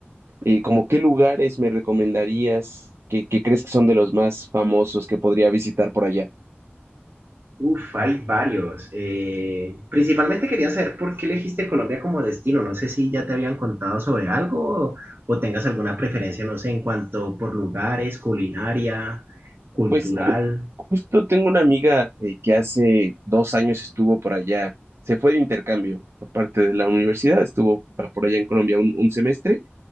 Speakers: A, on the right (about 80°); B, on the right (about 60°).
A: eh, como qué lugares me recomendarías que, que crees que son de los más famosos que podría visitar por allá.
B: Uf, hay varios. Eh, principalmente quería saber por qué elegiste Colombia como destino. No sé si ya te habían contado sobre algo o, o tengas alguna preferencia, no sé, en cuanto por lugares, culinaria, cultural.
A: Pues ju- justo tengo una amiga eh, que hace dos años estuvo por allá, se fue de intercambio por parte de la universidad, estuvo pa- por allá en Colombia un, un semestre